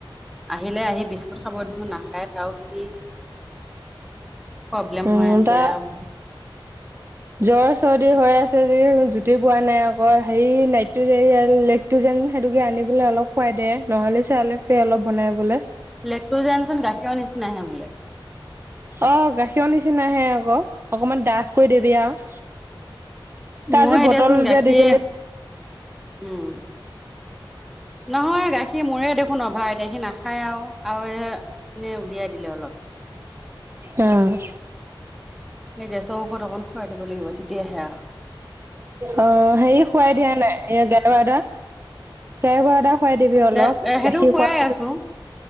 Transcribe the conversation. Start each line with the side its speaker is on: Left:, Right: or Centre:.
Centre: আহিলে আহি বিস্কুট খাব দিছোঁ নাখায় <unintelligible> কি প্ৰব্লেম
Right: উম
Centre: হৈ আছে
Right: তাৰ
Centre: আৰু।
Right: জ্বৰ চৰ্দি হৈ আছে যি জু <unintelligible> পোৱা নাই আকৌ হেৰি নাইটটো যে <unintelligible> লেকটোযেন সেইটোকে আনিবলৈ অলপ খুৱাই দে, নহ'লে চেৰেলেকছে অলপ বনাই বোলে।
Centre: লেক্ট জনচোন গাখীৰৰ নিচিনাহে বোলে।
Right: অ', গাখীৰৰ নিচিনাহে আকৌ অকনমান ডাঠ কৰি দিবি আৰু। তাৰ
Centre: ময়ে
Right: যে বটল
Centre: দেচোন গাখীৰ
Right: যে দিছিলি
Centre: উম, নহয় গাখীৰ মোৰে দেখোন অভাৰ এতিয়া সি নাখায় আৰু আৰু এ এনেই উলিয়াই দিলে অলপ।
Right: অ',
Centre: নে গেছৰ ঔষধ অকণ খোৱাই দিব লাগিব তেতিয়াহে
Right: অ', হেৰি খোৱাই দিয়া নাই এ <unintelligible> খুৱাই দিবি অলপ
Centre: এ এ সেইটো
Right: গাখীৰ
Centre: খুৱাই
Right: খোৱাৰ পিছত।
Centre: আছো।